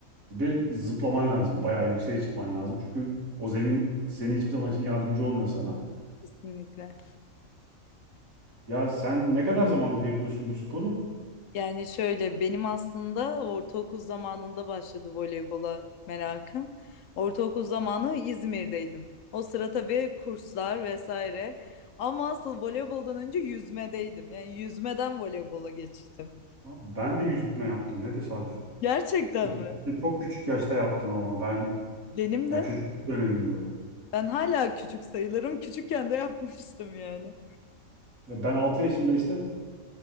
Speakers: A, on the right (about 80°); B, on the left (about 70°).
A: Ve zıplaman lazım. Bayağı yükseğe çıkman lazım. Çünkü o zemin seni hiçbir zaman için yardımcı olmuyor sana.
B: Kesinlikle.
A: Ya sen ne kadar zamandır yapıyorsun bu sporu?
B: Yani şöyle benim aslında ortaokul zamanında başladı voleybola merakım. Ortaokul zamanı İzmir'deydim. O sıra tabii kurslar vesaire. Ama asıl voleyboldan önce yüzmedeydim. Yani yüzmeden voleybola geçtim.
A: Abi Ben de yüzme yaptım. Ne tesadüf.
B: Gerçekten
A: Çok
B: mi?
A: küçük, çok küçük yaşta yaptım ama ben
B: Benim
A: yani
B: de.
A: çocukluk döneminde.
B: Ben hala küçük sayılırım. Küçükken de yapmıştım yani.
A: Ya Ben 6 yaşında işte